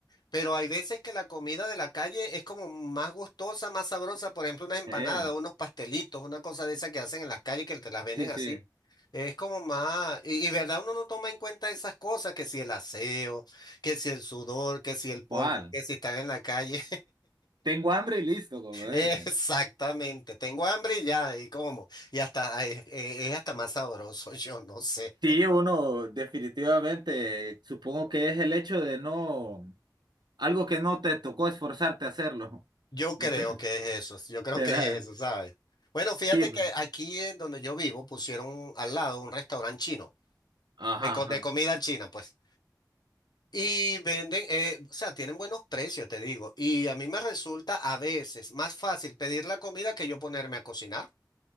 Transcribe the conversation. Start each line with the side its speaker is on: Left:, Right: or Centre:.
Left: pero hay veces que la comida de la calle es como más gustosa, más sabrosa, por ejemplo, unas empanadas,
Right: Eh,
Left: unos pastelitos, una cosa de esas que hacen en las calles que te las venden
Right: sí, sí.
Left: así. Es como más, y, y verdad, uno no toma en cuenta esas cosas, que si el aseo, que si el sudor, que si el polvo,
Right: ¿Cuál?
Left: que si están en la calle.
Right: Tengo hambre y listo, como
Left: Exactamente,
Right: dicen.
Left: tengo hambre y ya, y como, y hasta eh, eh, es, hasta más sabroso, <laughs> yo no sé.
Right: Sí, uno definitivamente, supongo que es el hecho de no, algo que no te tocó esforzarte a hacerlo.
Left: Yo
Right: <laughs>
Left: creo
Right: Entonces,
Left: que es eso, yo creo
Right: será,
Left: que es eso, ¿sabes? Bueno, fíjate
Right: sí, pues.
Left: que aquí en donde yo vivo pusieron al lado un restaurante chino,
Right: ajá,
Left: de, co-
Right: ajá.
Left: de comida china, pues. Y venden, eh, o sea, tienen buenos precios, te digo. Y a mí me resulta a veces más fácil pedir la comida que yo ponerme a cocinar.